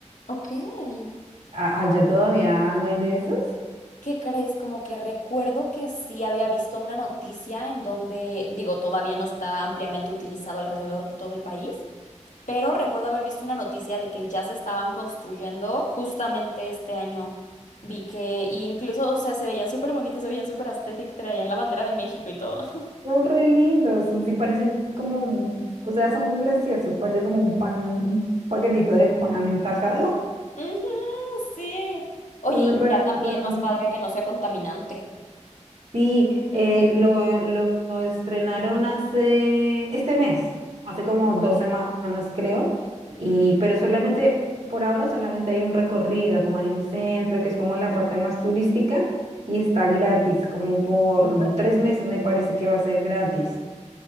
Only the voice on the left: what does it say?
ok.
¿Qué crees? Como que recuerdo que sí había visto una noticia en donde, digo, todavía no está ampliamente utilizado alrededor de todo el país, pero recuerdo haber visto una noticia de que ya se estaban construyendo justamente este año. Vi que, y incluso, o sea, se veían súper bonitos, se veían súper aesthetic, traían la bandera de México y todo. <laughs>
Ujú, sí. Oye,
y
ya también más padre que no sea contaminante.
Uy,
órale.